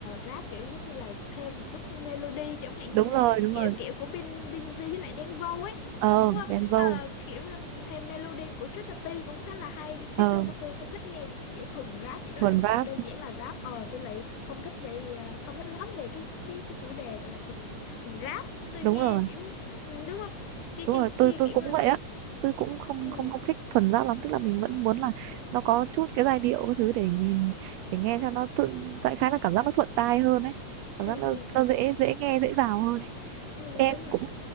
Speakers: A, on the left (about 85°); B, on the right (about 80°).
A: rap kiểu giống như là thêm một chút melody chẳng hạn
B: đúng
A: như là
B: rồi
A: cái
B: đúng rồi
A: kiểu kiểu của Bin Binz với lại Đen Vâu ấy
B: ờ
A: đúng không
B: Đen Vâu
A: Ờ, kiểu um, thêm melody của Trisha T cũng khá là hay chứ
B: ờ
A: chứ tôi không tôi không thích nghe những cái kiểu thuần rap chỉ
B: thuần
A: là
B: rap
A: đơn giản là rap ờ tôi lại không thích về ờ, không thích lắm về cái cái cái chủ đề gọi là thùng thùng rap tôi
B: đúng
A: nghe
B: rồi
A: kiểu ừ, đúng không kia
B: đúng
A: kia
B: rồi tôi
A: kia
B: tôi
A: kiểu
B: cũng
A: là
B: vậy á tôi cũng không
A: ừ,
B: không không thích thuần rap lắm tức là mình vẫn muốn là nó có chút cái giai điệu các thứ để nhìn để nghe cho nó tự tại khá là cảm giác nó thuận tai hơn ấy cảm
A: ừ,
B: giác nó
A: ừ,
B: nó dễ dễ nghe dễ vào hơn ấy
A: ừ,
B: Đen
A: đúng rồi
B: cũng